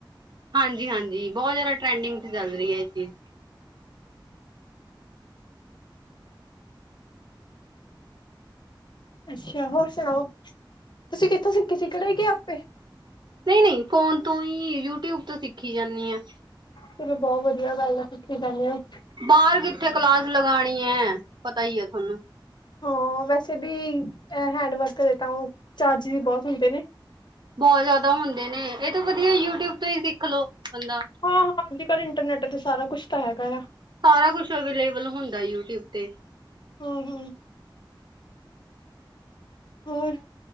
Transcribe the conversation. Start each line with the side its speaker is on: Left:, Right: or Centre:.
Right: ਹਾਂਜੀ-ਹਾਂਜੀ, ਬਹੁਤ ਜ਼ਿਆਦਾ ਟਰੈਂਡਿੰਗ ਚ' ਚੱਲ ਰਹੀ ਹੈ ਇਹ ਚੀਜ਼
Left: ਅੱਛਾ ਹੋਰ ਸੁਣਾਓ, ਤੁਸੀਂ ਕਿੱਥੋਂ ਸਿੱਖੀ ਸੀ ਕੜਾਈ ਗ ਆਪੇ?
Right: ਨਹੀਂ-ਨਹੀਂ ਫੋਨ ਤੋਂ ਹੀ, ਯੂਟਿਊਬ ਤੋਂ ਸਿੱਖੀ ਜਾਂਦੀ ਆ।
Left: ਚਲੋ ਬਹੁਤ ਵਧੀਆ ਗੱਲ ਆ, ਤੁਸੀਂ ਕਰਦੇ ਹੋ।
Right: ਬਾਹਰ ਕਿੱਥੇ ਕਲਾਸ ਲਗਾਉਣੀ ਹੈ, ਪਤਾ ਹੀ ਹੈ ਤੁਹਾਨੂੰ।
Left: ਹਾਂ ਵੈਸੇ ਵੀ, ਹੈਂਡ ਵਰਕ ਦੇ ਤਾਂ ਉਹ ਚਾਰਜ ਵੀ ਬਹੁਤ ਹੁੰਦੇ ਨੇ।
Right: ਬਹੁਤ ਜ਼ਿਆਦਾ ਹੁੰਦੇ ਨੇ, ਇਹ ਤਾਂ ਵਧੀਆ ਯੂਟਿਊਬ ਤੋਂ ਹੀ ਸਿੱਖ ਲਓ ਬੰਦਾ।
Left: ਹਾਂ-ਹਾਂ, ਅੱਜ ਕੱਲ੍ਹ ਇੰਟਰਨੈੱਟ ਤੇ ਸਾਰਾ ਕੁਛ ਤਾਂ ਹੈਗਾ ਆ।
Right: ਸਾਰਾ ਕੁਛ ਅਵੇਲੇਬਲ ਹੁੰਦਾ, ਯੂਟਿਊਬ ਤੇ
Left: ਹਮ-ਹਮ। ਹੋਰ,